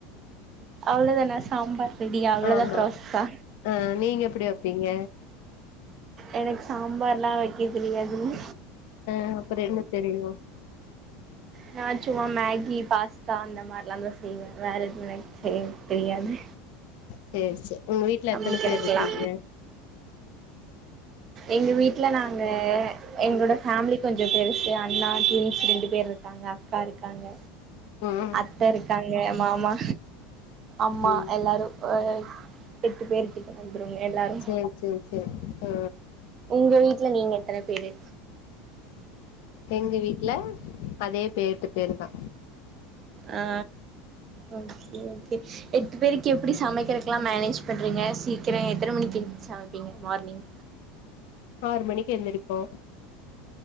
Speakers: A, on the right (about 40°); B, on the left (about 60°).
A: அவ்ளோ தானா சாம்பார் ரெடியா அவ்ளதா
B: ஆமா
A: ப்ராசஸா
B: ஆ நீங்க எப்டி வப்பீங்க
A: எனக்கு சாம்பார்ல்லா வக்கத் தெரியாதுங்க
B: ஆ அப்றோ என்ன தெரியு
A: நா சும்மா மேகி பாஸ்தா அந்த மாரில்லா தா செய்வ வேற எதுவுமே எனக்கு செய்ய தெரியாது
B: சேரி சேரி உங்க வீட்ல
A: சமைக்கிறதுக்கெல்லா
B: எத்தன பேர் இருக்கீங்க
A: எங்கள் வீட்ல நாங்க எங்களோட ஃபாமிலி கொஞ்சு பெருசு அண்ணா ட்வின்ஸ் ரெண்டு பேர் இருக்காங்க அக்கா இருக்காங்க
B: ம்
A: அத்த இருக்காங்க மாமா அம்மா
B: ம்
A: எல்லாரு அ எட்டு பேர் கிட்ட வந்துருங்க எல்லாரு
B: சேரி சேரி சேரி ஆ
A: உங்க வீட்ல நீங்க எத்தன பேரு
B: எங்க வீட்ல அதே பே எட்டு பேர்தா
A: ஆ ஓகே ஓகே எட்டு பேருக்கு எப்டி சமைக்கறதுகெல்லா மெனேஜ் பண்றீங்க சீக்கிர எத்தன மணிக்கு எந்த்ருச் சமப்பீங்க மார்னிங்
B: ஆறு மணிக்கு எந்திருப்போ